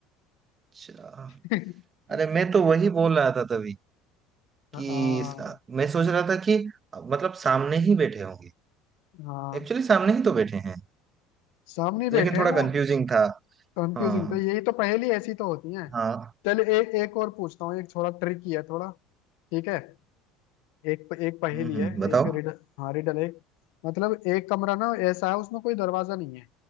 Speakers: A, on the right (about 30°); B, on the left (about 75°).
A: अच्छा
B: <laughs>
A: अरे मैं तो वही बोल रहा था तभी
B: हाँ
A: कि स- मैं सोच रहा था कि मतलब सामने ही बैठे होंगे
B: हाँ
A: एक्चुअली सामने ही तो बैठे हैं
B: सामने बैठे
A: लेकिन
B: हैं
A: थोड़ा कंफ्यूजिंग
B: वो
A: था
B: कंफ्यूजिंग
A: हाँ
B: तो यही तो पहेली ऐसी तो होती है
A: हाँ
B: चल एक एक और पूछता हूँ एक थोड़ा ट्रिकी है थोड़ा ठीक है एक एक पहेली
A: हम्म
B: है
A: हम्म बताओ
B: एक रिडल हाँ रिडल एक मतलब एक कमरा ना ऐसा है उसमें कोई दरवाजा नहीं है